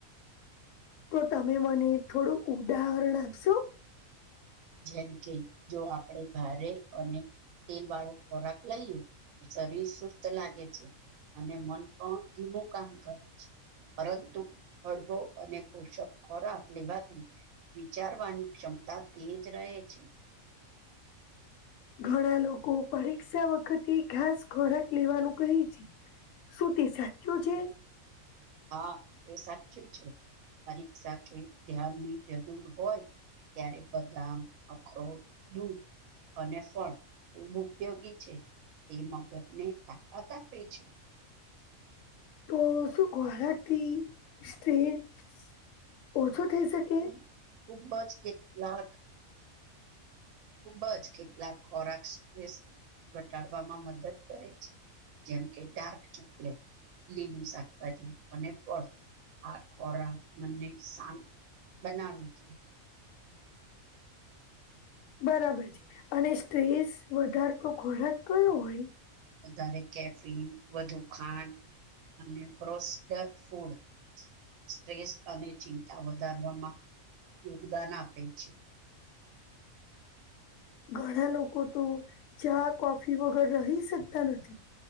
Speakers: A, on the left; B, on the right.
A: તો તમે મને થોડું ઉદાહરણ આપશો?
B: જેમ કે, જો આપડે ભારે અને તેલ વાળો ખોરાક લઈએ તો શરીર સુસ્ત લાગે છે. અને, મન પણ ધીમું કામ કરે છે. પરંતુ હળવો અને પોષક ખોરાક લેવાથી વિચારવાની ક્ષમતા તેજ રહે છે.
A: ઘણા લોકો પરીક્ષા વખતે ખાસ ખોરાક લેવાનું કહે છે. સુતી સાચું છે?
B: હા, એ સાચું છે પરીક્ષા કે ધ્યાનની જરૂર હોય ત્યારે બદામ અખરોટ દૂધ અને, ફળ ખૂબ ઉપયોગી છે. તે મગજને તાકાત આપે છે.
A: તો, શું ખોરાખથી સ્ટ્રેસ ઓછો થઈ શકે
B: ખુ, ખૂબ બજ કેટલાક ખૂબ જ કેટલાક ખોરાક સ્ટ્રેસ ઘટાડવામાં મદદ કરે છે. જેમ કે ડાર્ક ચોકલેટ લીલું શાકભાજી અને, ફળ આ ખોરાક મનને શાંત બનાવીજ
A: બરાબર છે. અને સ્ટ્રેસ વધારતો ખોરાક કયો હોય
B: વધારે કેફિન વધુ ખાંડ અને, પ્રોસ્ ફૂડ સ્ટ્રેસ અને, ચિંતા વધારવામાં યોગદાન આપે છે.
A: ઘણા લોકો તો ચા, કોફી વગર રહી શકતા નથી